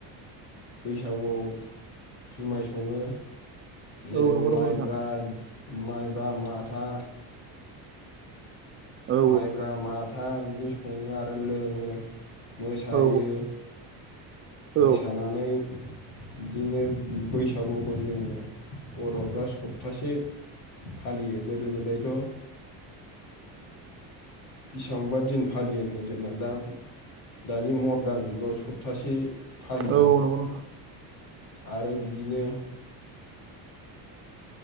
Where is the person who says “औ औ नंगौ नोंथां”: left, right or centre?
Right